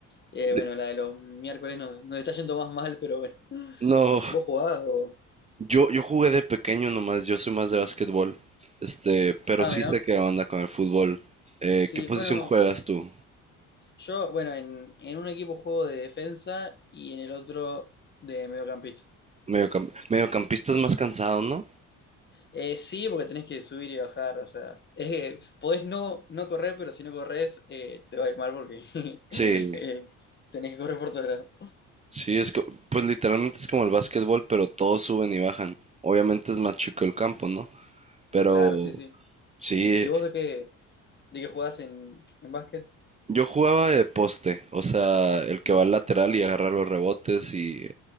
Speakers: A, on the left (about 30°); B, on the right (about 20°).
A: Eh,
B: De-
A: bueno, la de los miércoles nos, nos está yendo más mal, pero bueno, <laughs>
B: No,
A: vos jugás o...
B: yo, yo jugué de pequeño nomás, yo soy más de básquetbol. Este, pero
A: Ah,
B: sí
A: mirá,
B: sé qué onda con el fútbol. Eh,
A: sí,
B: ¿qué posición
A: bueno,
B: juegas tú?
A: Yo, bueno, en, en un equipo juego de defensa y en el otro de mediocampista.
B: Mediocam- mediocampista es más cansado, ¿no?
A: Eh, sí, porque tenés que subir y bajar, o sea, es que podés no, no correr, pero si no corres eh, te va a ir mal porque <laughs> eh,
B: Sí,
A: tenés que correr por todos lados.
B: sí, es co- pues literalmente es como el básquetbol, pero todos suben y bajan. Obviamente es más chico el campo, ¿no? Pero
A: Claro, sí, sí.
B: sí,
A: ¿Y vos de qué, de qué jugás en, en básquet?
B: Yo jugaba de poste, o sea, el que va al lateral y agarra los rebotes y,